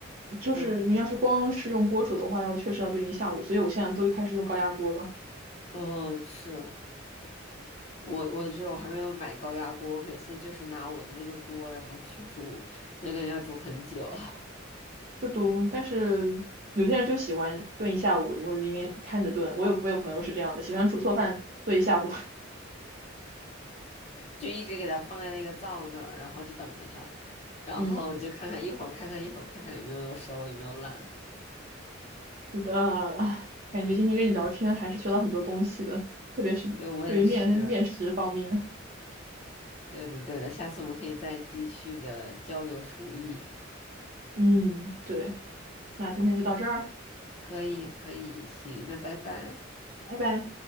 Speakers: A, on the right; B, on the left.
A: 就是你要是光是用锅煮的话，
B: 嗯，
A: 然后确实要炖一下午，所以我现在都开始用高压锅了。
B: 哦，是我，我就是我还没有买高压锅，我每次就是拿我的那个锅，然后去煮，就感觉要煮很久，<laughs>
A: 是读，但是有些人就喜欢炖一下午，然后在那边看着炖。我有我有朋友是这样的，喜欢煮错饭做一下午。<laughs>
B: 就一直给它放在那个灶那儿，然后就等着它，然后就看看一会儿，
A: 嗯，
B: 看看一会儿，看看有没有熟，有没有烂。
A: 是的，感觉今天跟你聊天还是学到很多东西的，特别是对于面面食方面。
B: 对，我也是。对的，对的，下次我们可以再继续的交流厨艺。
A: 嗯，对，那今天就到这儿，
B: 可以，可以，行，那拜拜。
A: 拜拜。